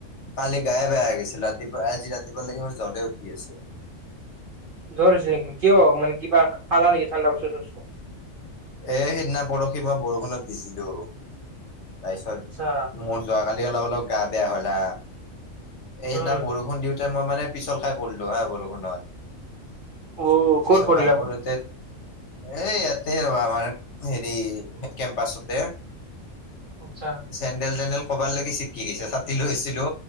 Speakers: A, on the left; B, on the right.
A: কালি গায়ে বেয়া হৈ গৈছিল ৰাতিপুৱা আজি ৰা ৰাতিপুৱালৈকে মোৰ জ্বৰতে উঠি আছে।
B: জ্বৰ হৈছিল নেকি কিয় মানে কিবা খালা নেকি ঠাণ্ডা বস্তু - তস্তু?
A: এ সেইদিনা বৰশি বা বৰষুণত ভিজিলো তাৰপিছত
B: আচ্ছা
A: মোৰ যোৱাকালি অলপ অলপ গা বেয়া হ'লা। এই
B: উম,
A: সেইদিনা বৰষুণ দিওঁতে মই মানে পিছল খাই পৰিলো হা বৰ লগত নহয়,
B: অ' ক'ত
A: নিশাও
B: পৰিলা?
A: খাই পুলতে এ ইয়াতে ৰবা আমাৰ হেৰি এ কেম্পাছতে।
B: আচ্ছা।
A: চেণ্ডেল - টেনডেল কৰবাত লাগি চিটকি গৈছে, ছাতি লৈছিলো।